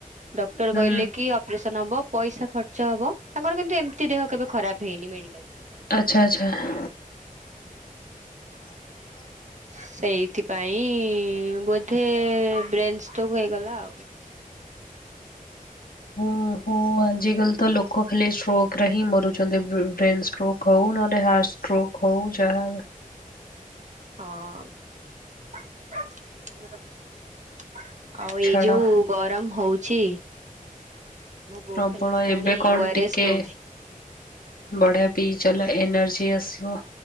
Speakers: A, on the right; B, on the left.
A: ଡକ୍ଟର
B: ହୁଁ
A: କହିଲେ କି ଆପ ଅପରେସନ ହବ ପଇସା ଖର୍ଚ୍ଚ ହବ ତାଙ୍କର କିନ୍ତୁ ଏମିତି ଦେହ କେବେ ଖରାପ ହେଇନି ମେଡିକାଲ ଯାଇ ଯାଇ।
B: ଆଚ୍ଛା ଆଚ୍ଛା। ଆ
A: ସେଇଥିପାଇ ବୋଧେ ବ୍ରେନ ଷ୍ଟୋକ ହେଇଗଲା ଆଉ।
B: ଓହଁ। ଓ ଆଜିକାଲି ତ ଲୋକ ଖାଲି ଷ୍ଟ୍ରୋକ୍ରେ ହିଁ ମରୁଛନ୍ତି ଵ୍ ବ୍ରେନ ଷ୍ଟ୍ରକ୍ ହୋଉ ନହେ ରେ ହାର୍ଟ ଷ୍ଟ୍ରୋକ ହଉ ଯାହା
A: ହଁ। ଆଉ ଏଇ
B: ଛାଡ଼
A: ଯୋଉ ଗରମ ହଉଛି। ମୋ ବୋଉ
B: ପ୍ରବଳ
A: ଖାଲି ମତେ
B: ଏବେ
A: ଆଣି
B: କଣ
A: ଓ ଆର
B: ଟିକେ
A: ଏସ୍ ଦଉଛି।
B: ବଢିଆ ପିଇ ଚାଲ ଏନର୍ଜି ଆସିବ।